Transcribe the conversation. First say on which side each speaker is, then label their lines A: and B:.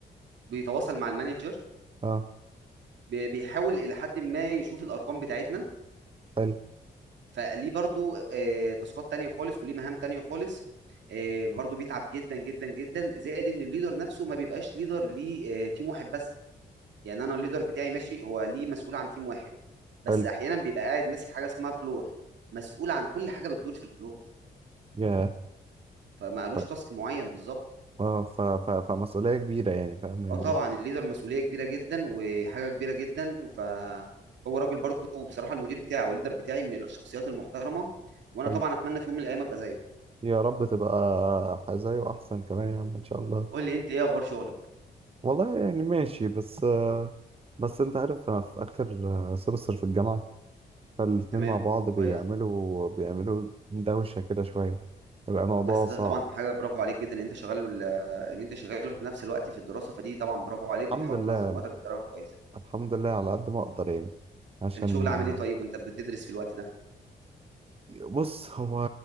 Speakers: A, on the right (about 75°); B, on the right (about 30°).
A: بيتواصل مع المانجر
B: اه
A: بي- بيحاول الى حد ما يشوف الارقام بتاعتنا
B: حلو
A: فليه برضو آه، تاسكات تانية خالص وليه مهام تانية خالص آه، برضو بيتعب جدا جدا جدا زائد ان الليدر نفسه ما بيبقاش ليدر ليه آه، تيم واحد بس يعني انا الليدر بتاعي ماشي هو ليه مسؤول عن تيم واحد بس
B: حلو
A: احيانا بيبقى قاعد ماسك حاجه اسمها فلور مسؤول عن كل حاجه بتدور في الفلور
B: يا
A: فما قالوش
B: ف...
A: تاسك معين بالظبط
B: اه ف... ف... فمسؤولية كبيرة يعني فاهم يعني
A: اه طبعا
B: إيه؟
A: الليدر مسؤوليه كبيره جدا وحاجه كبيره جدا فهو راجل برضه وبصراحه المدير بتاعي او الليدر بتاعي من الشخصيات المحترمه وانا
B: حلو
A: طبعا اتمنى في يوم من الايام ابقى زيه
B: يا رب تبقى زيه احسن كمان يا عم ان شاء الله
A: قول لي انت ايه اخبار شغلك
B: والله يعني ماشي بس آه بس انت عارف انا في اخر آه، سمستر في الجامعة فالاتنين
A: تمام
B: مع بعض بيعملوا
A: كويس
B: بيعملوا دوشة كده شوية بيبقى الموضوع
A: بس
B: صعب
A: ده طبعا حاجه برافو عليك جدا ان انت شغال وال- ان انت شغال في نفس الوقت في الدراسه فدي طبعا برافو عليك بتحاول
B: الحمد لله
A: تنظم وقتك بطريقه كويسه
B: الحمد لله على قد ما اقدر يعني عشان
A: الشغل عامل
B: آه،
A: ايه طيب وانت بتدرس في الوقت ده
B: بص هو